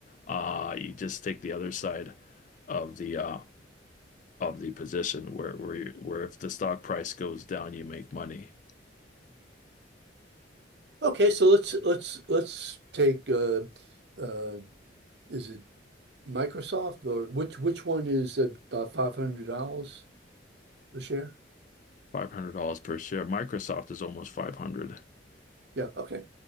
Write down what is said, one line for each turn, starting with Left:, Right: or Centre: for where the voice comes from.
Left: uh, you just take the other side of the uh, of the position where where you, where if the stock price goes down, you make money.
Right: Okay, so let's let's let's take uh, uh, is it Microsoft or which which one is about five hundred dollars a share?
Left: Five hundred dollars per share. Microsoft is almost five hundred.
Right: Yeah, okay.